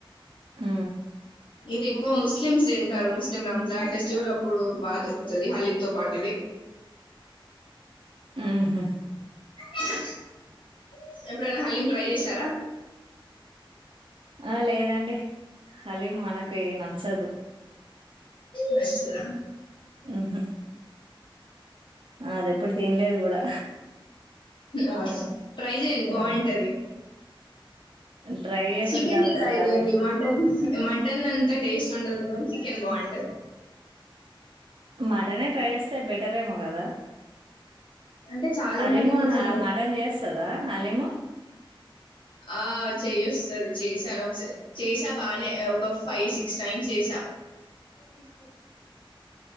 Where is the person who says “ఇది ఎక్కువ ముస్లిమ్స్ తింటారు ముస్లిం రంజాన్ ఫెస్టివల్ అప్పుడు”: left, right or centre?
Left